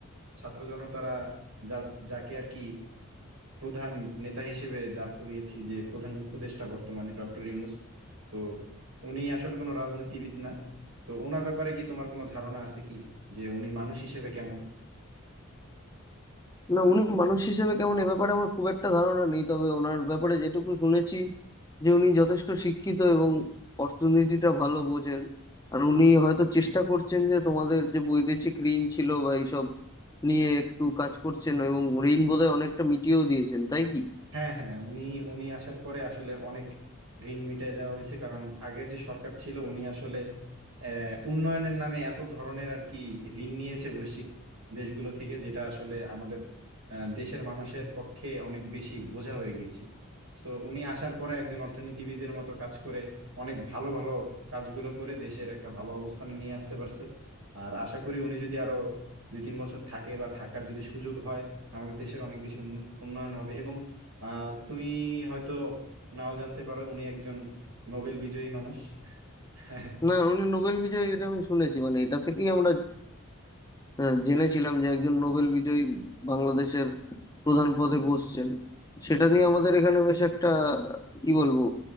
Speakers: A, on the right; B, on the left.
A: ছাত্র জনতারা যা যাকে আর কি প্রধান নেতা হিসেবে দাঁড় করিয়েছি যে প্রধান উপদেষ্টা বর্তমানে ডক্টর ইউনূস তো উনি আসলে কোনো রাজনীতিবিদ না তো ওনার ব্যাপারে কি তোমার কোনো ধারণা আছে কি যে উনি মানুষ হিসেবে কেমন
B: না উনি মানুষ হিসেবে কেমন এ ব্যাপারে আমার খুব একটা ধারণা নেই তবে ওনার ব্যাপারে যেটুকু শুনেছি যে উনি যথেষ্ট শিক্ষিত এবং অর্থনীতিটা ভালো বোঝেন আর উনি হয়তো চেষ্টা করছেন যে তোমাদের যে বৈদেশিক ঋণ ছিল বা এইসব নিয়ে একটু কাজ করছেন এবং ঋণ বোধহয় অনেকটা মিটিয়েও দিয়েছেন তাই কি
A: হ্যাঁ হ্যাঁ উনি উনি আসার পরে আসলে অনেক ঋণ মিটাই দেওয়া হয়েছে কারণ আগের যে সরকার ছিল উনি আসলে আহ, উন্নয়নের নামে এত ধরনের আর কি ঋণ নিয়েছে বৈশ্বিক দেশগুলো থেকে যেটা আসলে আমাদের আহ, দেশের মানুষের পক্ষে অনেক বেশি বোঝা হয়ে গিয়েছিল তো উনি আসার পরে একজন অর্থনীতিবিদের মতো কাজ করে অনেক ভালো ভালো কাজগুলো করে দেশের একটা ভালো অবস্থানে নিয়ে আসতে পারছে আর আশা করি উনি যদি আরো দুই তিন বছর থাকে বা থাকার যদি সুযোগ হয় আমাদের দেশের অনেক বেশি উন্ন- উন্নয়ন হবে এবং আহ তুমি হয়তো নাও জানতে পারো উনি একজন নোবেল বিজয়ী মানুষ <laughs>
B: না উনি নোবেল বিজয়ী এটা আমি শুনেছি মানে এটা থেকেই আমরা আহ, জেনেছিলাম যে একজন নোবেল বিজয়ী বাংলাদেশের প্রধান পদে বসছেন সেটা নিয়ে আমাদের এখানে বেশ একটা কি বলবো